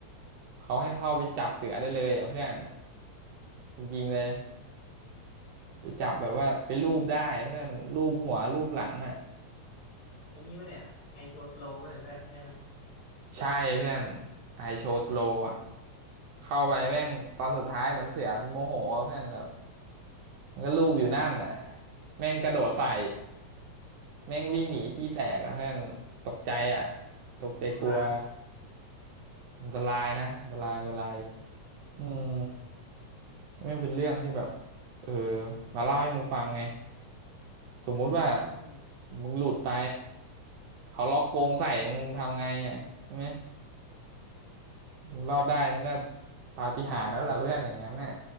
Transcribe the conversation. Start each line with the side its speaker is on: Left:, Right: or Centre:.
Right: เขาให้เข้าไปจับเสือได้เลยอ่ะเพื่อนยิงเลยไปจับแบบว่าไปรูปได้เพื่อนรูปหัวรูปหลังอ่ะ
Left: ไอ้นี่ปะเนี่ยไอโชว์สโลว์ปะเนี่ยเพื่อนใช่ไหม
Right: ใช่เพื่อนไอโชว์สโลอ่ะเข้าไปแม่งตอนสุดท้ายเหมือนเสือมันโมโหอ่ะเพื่อนแบบมันก็ลูบอยู่นั่นน่ะแม่งกระโดดใส่ แม่งวิ่งหนีขี้แตกอะเพื่อนตกใจอะตกใจกลัว
Left: คำรามนะ
Right: อันตรายนะอันตรายอันตรายอืมแม่งเป็นเรื่องที่แบบเออมาเล่าให้มึงฟังไงสมมุติว่า
Left: อืม
Right: มึงหลุดไปเขาล็อกกรงใส่มึงทำไงอ่ะใช่ไหมมึงรอดได้มึงก็ปาฏิหาริย์แล้วล่ะเพื่อนอย่างนั้นน่ะ